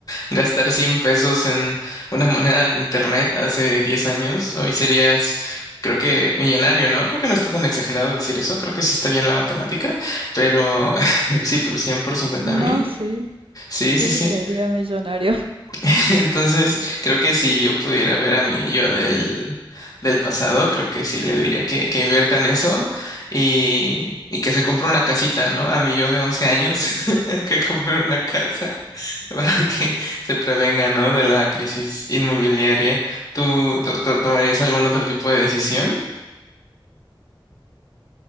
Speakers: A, on the left; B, on the right.
A: Gastar 100 pesos en una moneda de internet hace 10 años, hoy serías, creo que, millonario, ¿no? Creo que no está tan exagerado decir eso, creo que sí está bien la matemática, pero <laughs> sí, pues 100 por cincuenta
B: No,
A: mil,
B: sí,
A: sí,
B: sí,
A: sí, sí.
B: sería millonario. <laughs>
A: <laughs> Entonces, creo que si yo pudiera ver a mi yo del, del pasado, creo que sí le diría que, que invierta en eso y, y que se compre una casita, ¿no? A mi yo de 11 años, <laughs> que compre una casa <laughs> para que se prevenga, ¿no? De la crisis inmobiliaria. ¿Tú, to- to- tomarías algún otro tipo de decisión?